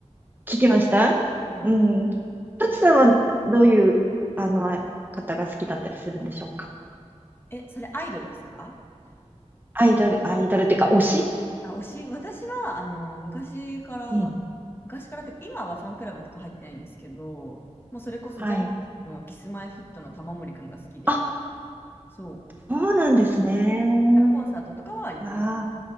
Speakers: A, on the right (about 15°); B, on the left (about 20°).
A: 聞きました
B: うん。
A: うん。サチさんはどういう、あの、あ方が好きだったりするんでしょうか
B: え、それアイドルですか
A: アイドル、アイドルっていうか、推し
B: あ、推し、私は、あの、昔から、
A: うん。
B: 昔からっていうか、今はファンクラブとか入ってないんですけど、もうそれこそジャニーズのキスマイフットの玉森くんが好きで、
A: はい。あ、
B: そう。
A: そうなんですね。
B: うんコンサートとかは行ってました。
A: あ